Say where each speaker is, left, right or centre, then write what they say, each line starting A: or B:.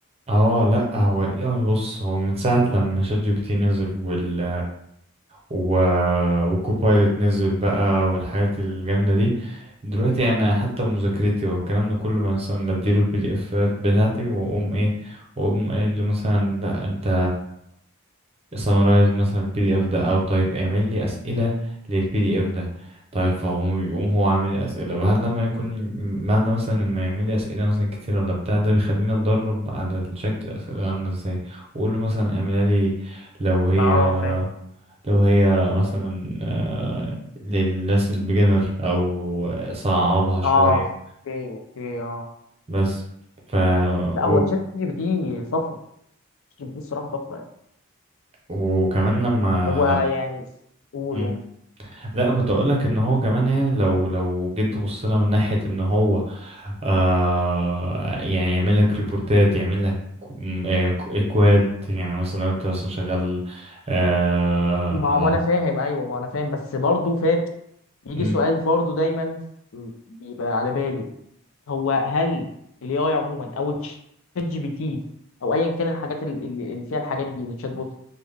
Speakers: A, on the right; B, on the left.
A: اه لا هو ال AI بص هو من ساعة لما شات جي بي تي نزل وال و... وكوبايلوت نزل بقى والحاجات الجامدة دي دلوقتي انا حتى مذاكرتي والكلام ده كله مثلا بديله البي دي افات بتاعتي واقوم ايه واقوم قايل له مثلا لا انت سمرايز مثلا البي دي اف ده او طيب اعمل لي اسئله للبي دي اف ده طيب فهو يقوم هو عامل لي اسئله بعد لما يكون بعد مثلا لما يعمل لي اسئله مثلا كتير ولا بتاع ده بيخليني اتدرب على شكل الاسئله عامله ازاي واقول له مثلا اعملها لي لو هي
B: ما اه فاهم
A: لو هي مثلا آه، للناس البيجنر او صعبها شوية
B: اه اوكي اوكي اه
A: بس ف
B: لا
A: و...
B: هو تشات جي بي تي طفره تشات جي بي تي الصراحه طفره يعني
A: وكمان لما
B: هو
A: لا
B: يعني قول
A: مم.
B: قول
A: لا، كنت اقول لك ان هو كمان يعني لو لو جيت تبص لها من ناحية ان هو آه يعني يعمل لك ريبورتات يعمل لك م- آه، ك- اكواد يعني مثلا لو انت مثلا شغال آه
B: ما
A: على
B: هو انا فاهم ايوه ما انا فاهم بس برضه فاهم يجي
A: مم،
B: سؤال برضه دايما بيبقى على بالي هو هل الاي اي عموما او تشات جي بي تي او ايا كان الحاجات ال- ال- اللي فيها الحاجات دي الشات بوت